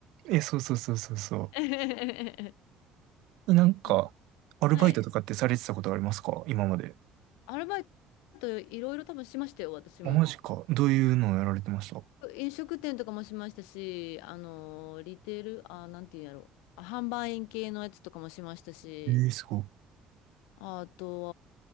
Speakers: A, on the right; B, on the left.
A: え、そうそうそうそうそう。
B: <laughs>
A: なんか、
B: うん
A: アルバイトとかってされてたことありますか今まで。
B: はい。アルバイトいろいろ多分しましたよ、私も。
A: あ、マジか。どういうのをやられてました
B: 飲食店とかもしましたし、あのー、リテール、あー、なんていうんやろあ販売員系のやつとかもしましたし、
A: ええー、すごい。
B: あと